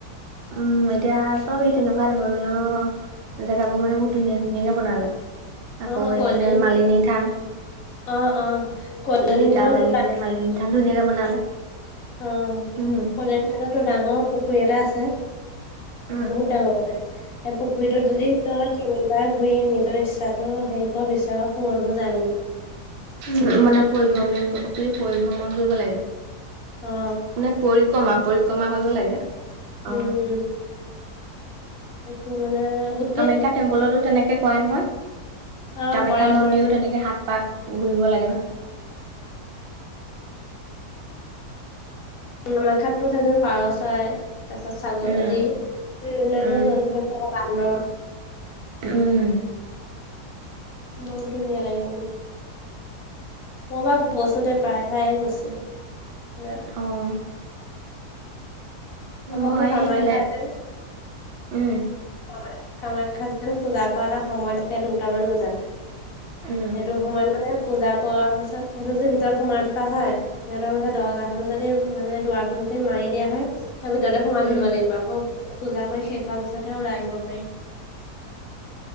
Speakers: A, on the right; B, on the left.
A: উম এতিয়া চব এই তেনেকুৱা ধৰ্মীয় জেগাবোৰ মানে বহুত ধুনীয়া ধুনীয়াকে বনালে। আকৌ
B: অ অ কল্যাণী
A: এইফালে মালিনী থান।
B: অ অ কলনী
A: লিকাবালি
B: থানতো
A: নে মালিনী থান ধুনীয়াকে বনালে।
B: উম,
A: উম,
B: কল্যাণী থানতটো ডাঙৰ পুখুৰী এটা আছে।
A: উম,
B: বহুত ডাঙৰ মানে। সেই পুখুৰীটোত যদি তই তিনিবাৰ ঘুৰি নিজৰ ইচ্ছাটো হেৰি ক' বিচাৰ পুৰণ হৈ যায় হেনো।
A: হোঁও মানে পৰিভ্ৰমি ক্ মানে পৰিভ্ৰমণ কৰিব লাগে।
B: অ
A: মানে পৰিক্ৰমা, পৰিক্ৰমা কৰিব লাগে।
B: উম।
A: অ'।
B: সেইটো মানে গোট
A: কামাখ্যা টেম্পলতো তেনেকে কৰাই নহয়?
B: অ
A: কামাখ্যা
B: কৰে
A: মন্দিৰো
B: কৰে
A: তেনেকে সাত পাক ঘূৰিব লাগে ন'?
B: কামাখ্যাতটো চাচোন পাৰচৰাই তাৰ পিছত ছাগলী
A: উম,
B: বিভিন্ন ধৰণৰ
A: উম,
B: জন্তু থাকে বান্দৰ।
A: উম
B: বহুত ধুনীয়া লাগে মানে। মই বাৰু গৈছো দেই প্ৰায় ঠাই গৈছোঁ।
A: অঁ
B: আকৌ
A: মই
B: তোৰ কামাখ্যা
A: এইফালে
B: যেন
A: উম।
B: কামা- কামাখ্যা যেন পূজা কৰা এটা সময় থাকে দুটামান বজাত।
A: উম,
B: সেইটো সময়ত মানে পূজা কৰাৰ পিছত সেইটো যদি ভিতৰত সোমাই থকা হয়। সিহঁতৰ মতে দৰ্জাখন যদি মানে, দুৱাৰখন যদি মাৰি দিয়া হয়। তাৰ ভিতৰতে সোমাই
A: উম,
B: থাকিব লাগিব। আকৌ পূজা কৰি শেষ হোৱাৰ পিছতহে ওলাই আহিব পাৰি।